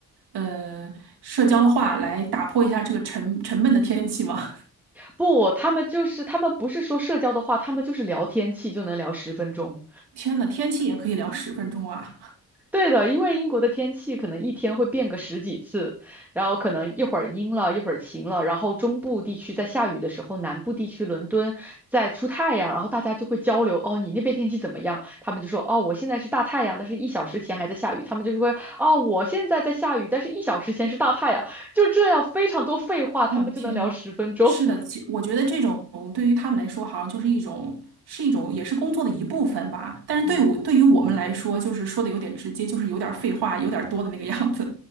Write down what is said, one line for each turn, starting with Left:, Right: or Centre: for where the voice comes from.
Right: 呃社交的话来打破一下这个沉沉闷的天气嘛。
Centre: 不，他们就是他们不是说社交的话，他们就是聊天气就能聊十分钟。
Right: 天呐，天气也可以聊十分钟啊！
Centre: 对的，因为英国的天气可能一天会变个十几次，然后可能一会儿阴了，一会儿晴了，然后中部地区在下雨的时候，南部地区伦敦在出太阳，然后大家就会交流，哦，你那边天气怎么样？他们就说，哦，我现在是大太阳，但是一小时前还在下雨。他们就说，哦，我现在在下雨，但是一小时前是大太阳。就这样，非常多废话，他们就能聊十分钟。
Right: 嗯，天，是的，
Centre: <laughs>
Right: 其我觉得这种对于他们来说，好像就是一种，是一种，也是工作的一部分吧。但是对我，
Centre: 嗯，
Right: 对于我们来说，就是说的有点直接，就是有点废话，有点多的那个样子。